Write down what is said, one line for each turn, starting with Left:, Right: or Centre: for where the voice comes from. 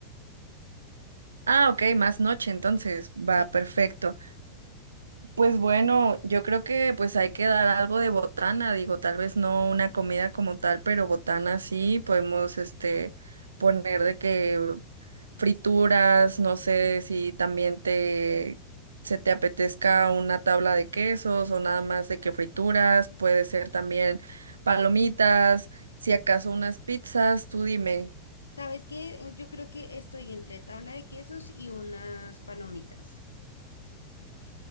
Right: Ah, ok, más noche, entonces va
Left: Sí.
Right: perfecto. Pues bueno, yo creo que pues hay que dar algo de botana, digo, tal vez no una comida como tal, pero botana sí, podemos este poner de que frituras, no sé si también te se te apetezca una tabla de quesos o nada más de que frituras, puede ser también palomitas, si acaso unas pizzas, tú dime.
Left: ¿Sabes qué? Yo creo que estoy entre tabla de quesos y unas palomitas.